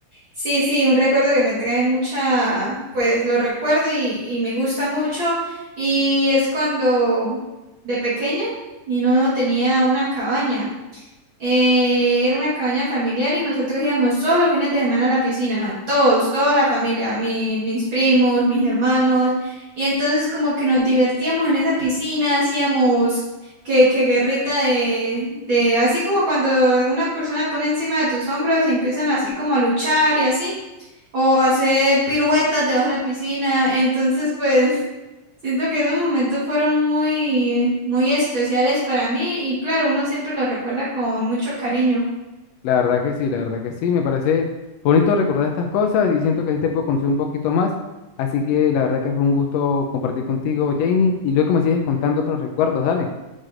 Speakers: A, on the right; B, on the left.
A: sí, sí, un recuerdo que me trae mucha, pues lo recuerdo y, y me gusta mucho, y es cuando de pequeña mi no tenía una cabaña. Eh, era una cabaña familiar y nosotros íbamos solo los fines de semana a la piscina, todos, toda la familia, mi- mis primos, mis hermanos, y entonces como que nos divertíamos en esa piscina, hacíamos que, que guerrita de, de, así como cuando una persona te pone encima de tus hombros y empiezan así como a luchar y así, o hacer piruetas debajo de la piscina, entonces pues Siento que esos momentos fueron muy, muy especiales para mí y claro, uno siempre los recuerda con mucho cariño.
B: La verdad que sí, la verdad que sí, me parece bonito recordar estas cosas y siento que sí te puedo conocer un poquito más. Así que la verdad que fue un gusto compartir contigo, Janie, y luego me sigues contando otros recuerdos, dale.